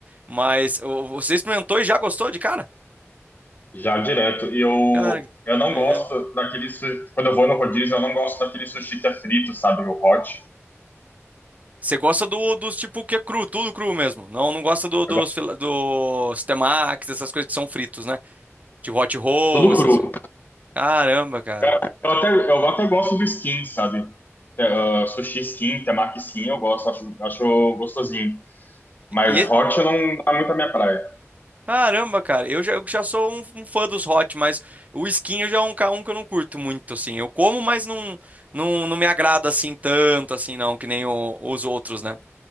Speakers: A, on the right; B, on the left.
A: Mas ô, você experimentou e já gostou de cara?
B: Já direto. E eu,
A: Cara, que
B: eu não
A: doideira.
B: gosto daquele sushi. Quando eu vou no rodízio, eu não gosto daquele sushi que é frito, sabe? O hot.
A: Você gosta do, dos tipo que é cru, tudo cru mesmo. Não, não gosta do, dos,
B: Eu gosto
A: fila- dos temakis, essas coisas que são fritos, né? De hot roll,
B: de tudo
A: essas.
B: cru.
A: Caramba, cara.
B: Eu, eu até, eu até gosto do skin, sabe? Te- ah, sushi skin, temaki skin, eu gosto, acho, acho gostosinho. Mas
A: E,
B: hot eu não dá muito a minha praia.
A: Caramba, cara, eu já, eu já sou um, um fã dos hot, mas o skin já é um, ca- um que eu não curto muito, assim. Eu como, mas não, não, não me agrada assim tanto, assim, não, que nem o- os outros, né?